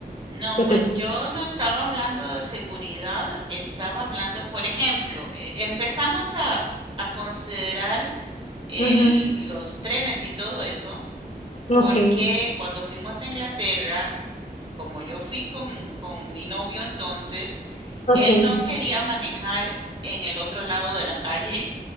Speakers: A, on the right; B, on the left.
A: No,
B: ¿Qué
A: pues
B: te...
A: yo no estaba hablando de seguridad, estaba hablando, por ejemplo, e- empezamos a, a considerar el,
B: Ujú,
A: los trenes y todo eso, porque
B: Ok,
A: cuando fuimos a Inglaterra como yo fui con, con mi novio entonces,
B: ok.
A: él no quería manejar en el otro lado de la calle.